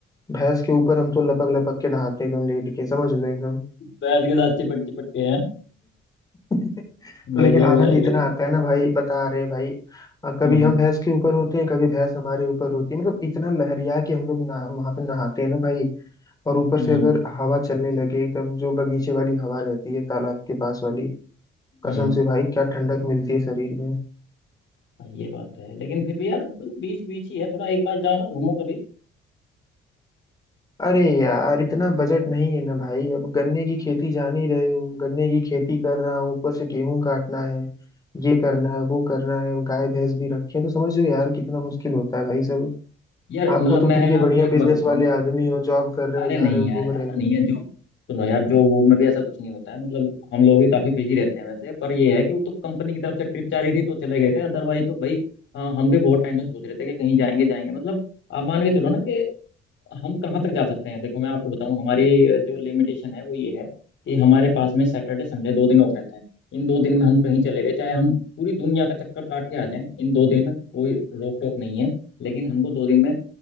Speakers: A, on the left (about 20°); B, on the left (about 70°).
A: भैंस के ऊपर हम तो लपक लपक के नहाते हैं एकदम लेट के समझ लो एकदम
B: बैद के साथ चिपट चिपट के हैं
A: <laughs> तो
B: गजब
A: लेकिन आनंद
B: भाई
A: इतना
B: गजब
A: आता है ना भाई बता रहे हैं भाई अ, कभी
B: हम्म
A: हम भैंस के ऊपर होते हैं कभी भैंस हमारे ऊपर होती है मतलब इतना लहरिया कि हम लोग ना वहां पे नहाते हैं ना भाई और ऊपर
B: हम्म
A: से अगर हवा चलने लगे एकदम जो बगीचे वाली हवा रहती है तालाब के पास वाली
B: हम्म
A: कसम से भाई क्या ठंडक मिलती है शरीर में
B: हाँ, ये बात तो है लेकिन फिर भी यार बीच बीच ही है थोड़ा एक बार जाओ ना घूमो कभी
A: अरे यार इतना बजट नहीं है ना भाई अब गन्ने की खेती जान ही रहे हो गन्ने की खेती कर रहा हूँ ऊपर से गेहूं काटना है ये करना है वो करना है गाय भैंस भी रखी है तो समझ लो यार कितना मुश्किल होता है भाई सब
B: यार
A: आपका
B: मतलब
A: तो
B: मैं
A: फ्री है
B: ना
A: बढ़िया
B: आपको एक
A: बिजनेस
B: बार बताऊं
A: वाले आदमी हो जॉब कर रहे
B: अरे
A: हो जा
B: नहीं
A: रहे हो
B: यार
A: घूम
B: ऐसा
A: रहे हो
B: नहीं है जो सुनो यार जो वो में भी ऐसा कुछ नहीं होता है मतलब हम लोग भी काफी बिजी रहते हैं वैसे पर ये है कि वो तो कंपनी की तरफ से ट्रिप जा रही थी तो चले गए थे अदरवाइज तो भाई हाँ, हम भी बहुत टाइम से सोच रहे थे कि कहीं जाएंगे जाएंगे मतलब आप मान के चलो ना कि हम कहाँ तक जा सकते हैं देखो मैं आपको बताऊं हमारी अ, जो लिमिटेशन है वो ये है कि हमारे पास में सैटरडे संडे दो दिन ऑफ रहता है इन दो दिन में हम कहीं चले गए चाहे हम पूरी दुनिया का चक्कर काट के आ जाएं इन दो दिन में कोई रोक टोक नहीं है लेकिन हमको दो दिन में